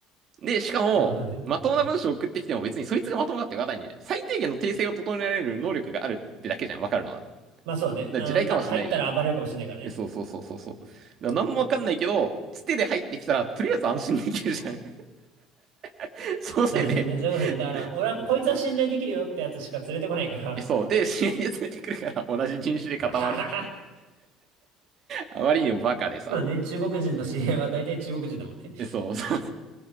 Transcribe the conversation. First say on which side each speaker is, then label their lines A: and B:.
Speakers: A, on the right (about 45°); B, on the right (about 90°).
A: で、しかも、
B: あのね。
A: まともな文章を送ってきても別にそいつがまともだってわかんないんで、
B: うん。
A: 最低限の訂正を整えられる能力があるってだけじゃん、わかるのは。だか
B: まあそうね。
A: ら地雷かもしれないじゃん。
B: あの、中入ったら暴れるかもしれないからね。
A: でそうそうそうそうそう。だから何もわかんないけど、つてで入ってきたら、とりあえず安心できるじゃん。<laughs> そのせいで、
B: なるほ <laughs> そういうことね。だから、俺はこいつは信頼できるよってやつしか連れてこないから。
A: そうそうそう。えそう。で、知り合いで連れてくるから、同じ人種で固まる。
B: <laughs> ははは。
A: あまりにもバカでさ。
B: まあね、中国人の知り合いは大体中国人だもんね。
A: で、そうそう。